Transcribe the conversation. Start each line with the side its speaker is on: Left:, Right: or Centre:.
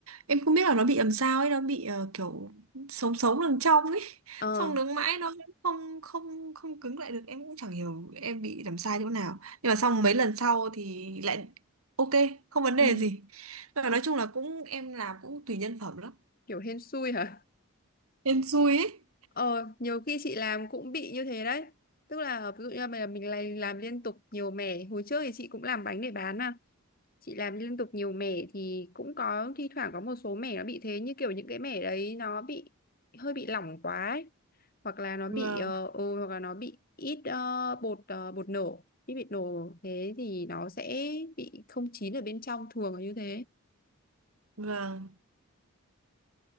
Right: Em không biết là nó bị làm sao ấy, nó bị ờ, kiểu sống sống đằng trong ấy. <laughs>
Left: ờ
Right: Xong đứng mãi nó cũng không không không cứng lại được. Em cũng chẳng hiểu em bị làm sai chỗ nào. Nhưng mà xong mấy lần sau thì lại ok, không vấn
Left: ừ.
Right: đề gì. Nhưng mà nói chung là cũng em làm cũng tùy nhân phẩm lắm.
Left: kiểu hên xui hả
Right: Em xui ấy.
Left: ờ nhiều khi chị làm cũng bị như thế đấy tức là ví dụ như là mình mình lại làm liên tục nhiều mẻ hồi trước thì chị cũng làm bánh để bán mà chị làm liên tục nhiều mẻ thì cũng có thi thoảng có một số mẻ nó bị thế như kiểu những cái mẻ đấy nó bị hơi bị lỏng quá ấy. hoặc là nó bị
Right: Vâng,
Left: ờ ừ, hoặc là nó bị ít ờ, bột ờ, bột nổ ít bị nổ thế thì nó sẽ bị không chín ở bên trong thường là như thế
Right: vâng.